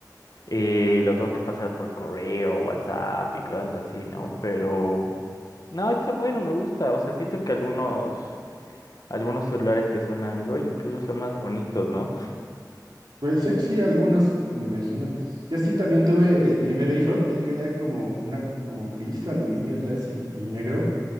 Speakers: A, on the left; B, on the right.
A: eh, lo tengo que pasar por correo, WhatsApp y cosas así, ¿no? Pero no, está bueno, me gusta. O sea, siento que algunos, algunos celulares que son Android incluso son más bonitos, ¿no?
B: Puede ser, sí, algunos, me imagino. Yo sí también tuve el primer iPhone, el que era como una, como gris, aluminio atrás y, y negro.